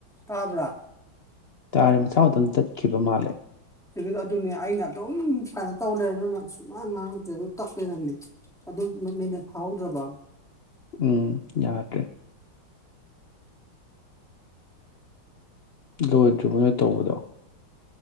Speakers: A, in the centre; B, on the left.
A: ꯇꯥꯕ꯭ꯔꯥ
B: ꯇꯥꯔꯦ ꯃꯁꯥ ꯃꯊꯟꯇ ꯆꯠꯈꯤꯕ ꯃꯥꯜꯂꯦ
A: ꯑꯗꯨ ꯑꯗꯨꯅꯤ ꯑꯩꯅ ꯑꯗꯨꯝ ꯀꯩꯅꯣ ꯇꯧ ꯂꯩꯔꯅꯨꯅ ꯁꯨꯉꯥꯡ ꯉꯥꯡꯉꯛꯇ꯭ꯔꯦ ꯑꯗꯨ ꯇꯠꯂꯩꯔꯝꯃꯤ ꯑꯗꯨ ꯃꯤꯅꯠ ꯐꯥꯍꯧꯗ꯭ꯔꯕꯣ
B: ꯎꯝ ꯌꯥꯗꯔꯦ ꯂꯣꯏꯗ꯭ꯔꯤꯕꯣ ꯅꯣꯏ ꯇꯧꯕꯗꯣ